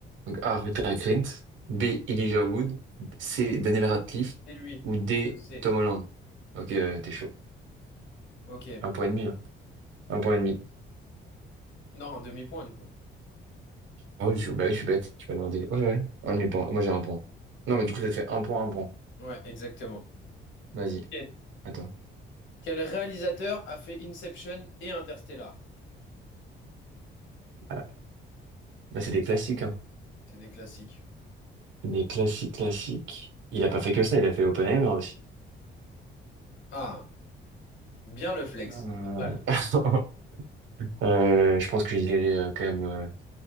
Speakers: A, on the right; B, on the left.
A: Donc A, Rupert Grint. B, Elijah Wood. C, Daniel Radcliffe.
B: C'est lui,
A: Ou D,
B: je le sais.
A: Tom Holland. Ok, euh, t'es chaud.
B: Ok.
A: Un point et demi, hein. Un point et demi.
B: Non, un demi-point du coup.
A: Ah oui, je, bah oui, je suis bête, tu peux demander. Ouais, ouais, un demi-point. Moi, j'ai un point. Non, mais du coup, ça te fait un point, un point.
B: Ouais, exactement.
A: Vas-y,
B: Ok.
A: attends.
B: Quel réalisateur a fait Inception et Interstellar?
A: Voilà. Là, c'est des classiques, hein.
B: C'est des classiques.
A: Des classiques, classiques. Il a pas fait que ça, il a fait Oppenheimer aussi.
B: Ah, bien le flex.
A: Euh,
B: Pas mal.
A: <laughs> euh, je pense que je dirais euh, quand même euh,